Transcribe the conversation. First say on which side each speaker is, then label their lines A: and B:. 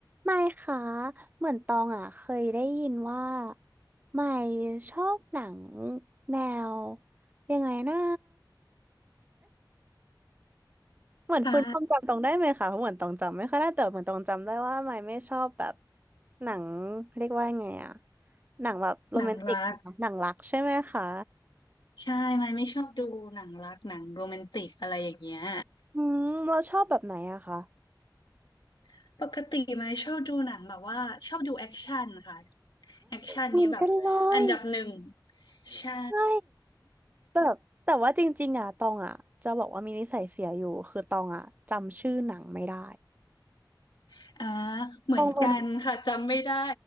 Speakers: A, on the right; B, on the left.
A: ไม่ค่ะเหมือนตองอ่ะเคยได้ยินว่าไม่ชอบหนังแนวยังไงนะเหมือนฟื้นความจำตองได้ไหมคะเพราะเหมือนตองจำไม่ค่อยได้แต่เหมือนตองจำได้ว่าไม่ไม่ชอบแบบ
B: คะ
A: หนังเรียกว่าไงอ่ะหนังแบบโรแมนติกนะคะหนังรักใช่ไหมคะ
B: หนังรักใช่ไม่ไม่ชอบดูหนังรักหนังโรแมนติกอะไรอย่างเงี้ย
A: อืมเราชอบแบบไหนอะคะ
B: <laughs> ปกติไม่ชอบดูหนังแบบว่าชอบดูแอคชั่นค่ะแอคชั่นนี้แบบอันดับหนึ่ง
A: เหมือนกันเลย
B: ใช่
A: ใช่แบบแต่ว่าจริงๆอ่ะตองอ่ะจะบอกว่ามีนิสัยเสียอยู่คือตองอ่ะจำชื่อหนังไม่ได้
B: <laughs> อ่าเหมือนกันค่ะจำไม่ได้
A: ตองเป็น